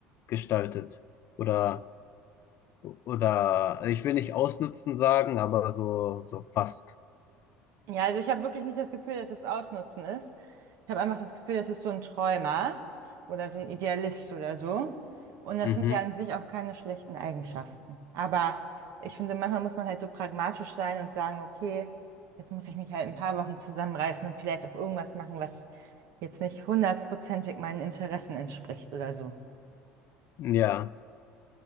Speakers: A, on the left; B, on the right.
A: gestaltet. Oder, oder, ich will nicht ausnutzen sagen, aber so, so fast.
B: Ja, also ich habe wirklich nicht das Gefühl, dass es Ausnutzen ist. Ich habe einfach das Gefühl, das ist so ein Träumer oder so ein Idealist oder so. Und das
A: Mhm,
B: sind ja an sich auch keine schlechten Eigenschaften. Aber ich finde, manchmal muss man halt so pragmatisch sein und sagen, okay, jetzt muss ich mich halt in ein paar Wochen zusammenreißen und vielleicht auch irgendwas machen, was jetzt nicht hundertprozentig meinen Interessen entspricht oder so.
A: ja,